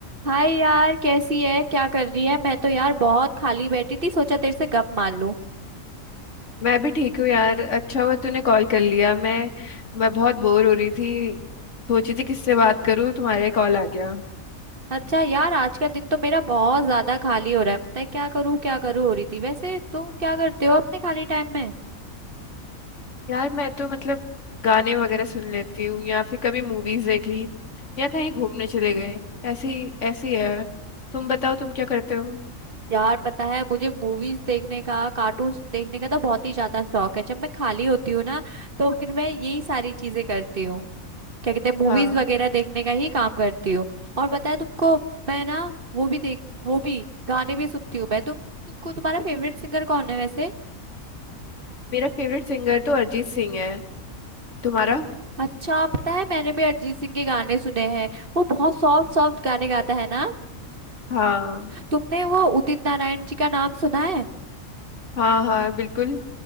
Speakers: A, on the right (about 45°); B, on the left (about 60°).
A: हाय यार कैसी है क्या कर रही है मैं तो यार बहुत खाली बैठी थी सोचा तेरे से गप मार लूं
B: मैं भी ठीक हूँ यार अच्छा हुआ तूने कॉल कर लिया मैं मैं बहुत बोर हो रही थी सोची थी किससे बात करूँ तुम्हारे कॉल आ गया
A: अच्छा यार आज का दिन तो मेरा बहुत ज्यादा खाली हो रहा है पता है क्या करूं क्या करूं हो रही थी वैसे तुम क्या करते हो अपने खाली टाइम में
B: यार मैं तो मतलब गाने वगैरह सुन लेती हूँ या फिर कभी मूवीज देख ली या कहीं घूमने चले गए ऐसी ऐसी है तुम बताओ तुम क्या करते हो
A: यार पता है मुझे मूवीज देखने का कार्टून्स देखने का तो बहुत ही ज्यादा शौक है जब मैं खाली होती हूँ ना तो फिर मैं यही सारी चीजें करती हूँ क्या कहते हैं मूवीज
B: हाँ
A: वगैरह देखने का ही काम करती हूँ और पता है तुमको मैं ना वो भी देख वो भी गाने भी सुनती हूँ मैं तुम तुमको तुम्हारा फेवरेट सिंगर कौन है वैसे
B: मेरा फेवरेट सिंगर तो अरिजीत सिंह है तुम्हारा
A: अच्छा पता है मैंने भी अरिजीत सिंह के गाने सुने हैं वो बहुत सॉफ्ट सॉफ्ट गाने गाता है ना
B: हाँ
A: तुमने वो उदित नारायण जी का नाम सुना है
B: हाँ हाँ बिल्कुल